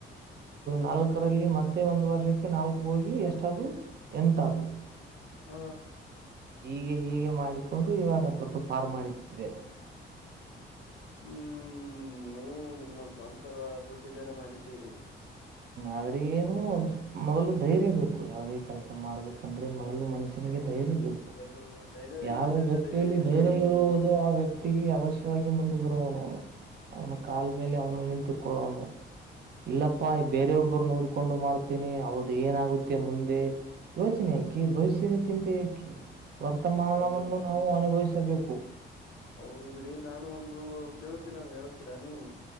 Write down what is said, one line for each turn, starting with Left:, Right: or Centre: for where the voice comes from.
Right: ನಾಲ್ಕರಲ್ಲಿ ಮತ್ತೆ ಒಂದು ವರ್ಷಕ್ಕೆ ನಾಲ್ಕು ಹೋಗಿ ಎಷ್ಟದು ಎಂಟದು
Left: ಹೂ
Right: ಹೀಗೆ ಹೀಗೆ ಮಾಡಿಕೊಂಡು ಇವಾಗ ದೊಡ್ಡ ಪಫಾರ್ಮ ಮಾಡಟ್ಟಿದೆ
Left: ಹ್ಮ್ ನೀವು ನಿಮ್ಮ ಸ್ವಂತರ ದುಡ್ಡಿದ್ದನ ಮಾಡಿದ್ದೀರಿ.
Right: ಆದ್ರೆ ಏನು ಮೊದಲು ಧೈರ್ಯ ಬೇಕು ಯಾವುದೇ ಕೆಲಸ ಮಾಡ್ಬೇಕಂದ್ರೆ. ಮನುಷ್ಯನಿಗೆ
Left: ಹೌದು
Right: ಧೈರ್ಯ
Left: ಬಿಡಿ
Right: ಬೇಕು
Left: ಮೊದಲು ಧೈರ್ಯವೇ
Right: ಯಾವ
Left: ಇಲ್ಲದಿದ್ದರೆ
Right: ವ್ಯಕ್ತಿಯಲ್ಲಿ
Left: ಏನ್
Right: ಧೈರ್ಯ
Left: ಮಾಡುವುದು
Right: ಇರುವುದು ಆ ವ್ಯಕ್ತಿಗೆ ಅವಶ್ಯ ಮುಂದ ಬರುವನು ಅವನ ಕಾಾಲ ಮೇಲೆ ಅವನು ನಿಂತುಕೊಳ್ಳುವನು ಇಲ್ಲ ಪ್ಪಾ ಬೇರೆ
Left: ಹ
Right: ಒಬ್ಬರು ನೋಡಿಕೊಂಡು ಮಾಡ್ತೇನಿ ಅವ್ದ ಏನಾಗುತ್ತೆ ಮುಂದೆ. ಯೋಚನೆ ಯಾಕಿ ಭವಿಷ್ಯದ ಚಿಂತೆಯಕಿ. ವರ್ತಮಾನವನ್ನು
Left: ಹೌದು
Right: ನಾವು ಅನುಭವಿಸಬೇಕು.
Left: ಹೌದು ಬಿಡಿ ನಾನು ಒಂದು ಕೇೇಳತೀನಿಾನನ್ ಹೇಳ್ತೀರಾ ನೀವು.